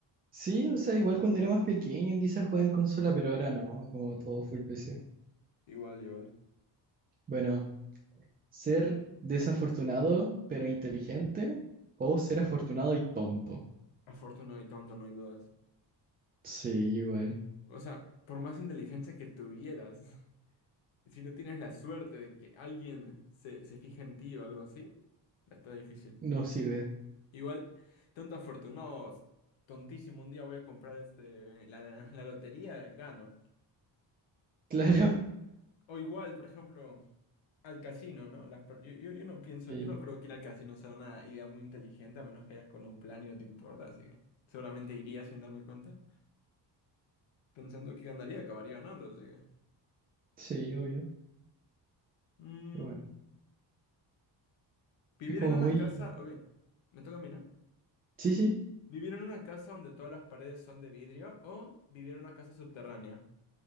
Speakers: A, on the right; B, on the left.
A: sí, o sea, igual cuando era más pequeño quizás jugaba en consola, pero ahora no, como todo full PC.
B: Igual, igual.
A: Bueno. Ser desafortunado pero inteligente o ser afortunado y tonto.
B: Afortunado y tonto, no hay dudas.
A: Sí, igual.
B: O sea, por más inteligencia que tuvieras, <laughs> si no tienes la suerte de que alguien se, se fije en ti o algo así, está difícil.
A: No sirve.
B: Igual, tonto afortunado, tontísimo, un día voy a comprar este, la, la lotería, gano.
A: Claro. <laughs>
B: O igual, por ejemplo, al casino, ¿no? Las, per- yo, yo, yo no pienso,
A: Sí,
B: yo no creo que ir al casino sea una idea muy inteligente, a menos que vayas con un plan y no te importa, así que seguramente iría sin darme cuenta, pensando que ganaría, acabaría ganando, así que...
A: sí, obvio.
B: mm,
A: Pero bueno,
B: vivir
A: es como
B: en una
A: muy...
B: casa, ok, me toca a mí, ¿no?
A: Sí, sí.
B: Vivir en una casa donde todas las paredes son de vidrio o vivir en una casa subterránea.